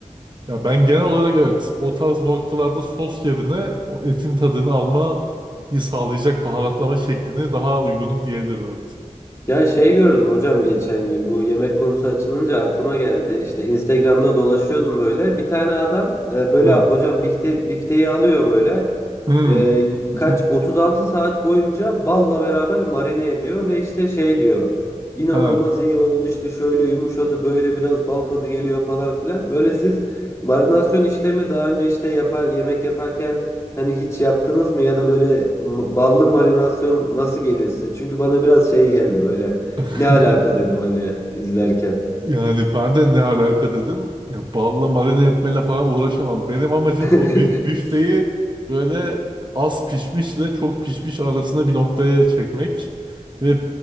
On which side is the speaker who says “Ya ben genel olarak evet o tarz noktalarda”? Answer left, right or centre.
Right